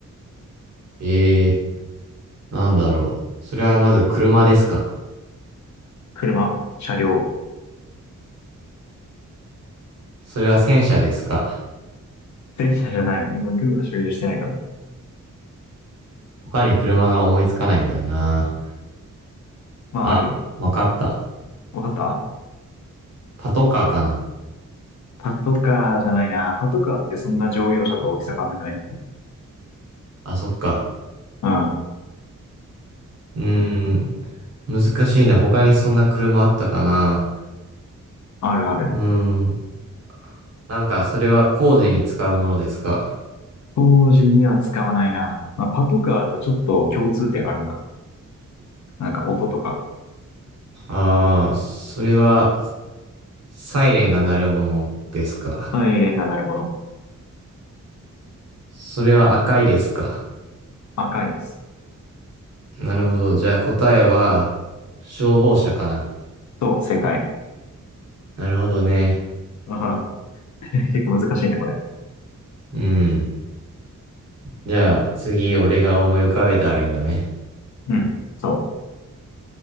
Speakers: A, on the right (about 55°); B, on the left (about 65°).
A: ええー、なんだろう。それはまず車ですか。
B: 車、車両、
A: それは戦車ですか。
B: 電車じゃない。まあ、軍は所有してないからね。
A: 他に車が思いつかないんだよな。
B: まあ、
A: あ、
B: あるよ。
A: わかった。
B: わかった
A: パトカーかな。
B: パトカーじゃないな。パトカーってそんな乗用車と大きさ変わんなくない
A: あ、そっか。
B: うん。
A: うーん。難しいな。他にそんな車あったかな。
B: あるある。
A: うーん。なんか、それは工事に使うものですか
B: 当時には使わないな。まあ、パトカーとちょっと共通点あるな。なんか音とか。
A: ああー、それは、サイレンが鳴るものですか
B: サイレンが鳴るもの。
A: それは赤いですか
B: 赤いです。
A: なるほど。じゃあ答えは、消防車かな。
B: そう、正解。
A: なるほどね。
B: ああ、<laughs> 結構難しいね、これ。
A: うん。じゃあ、次、俺が思い浮かべたらいいんだね。
B: うん。そ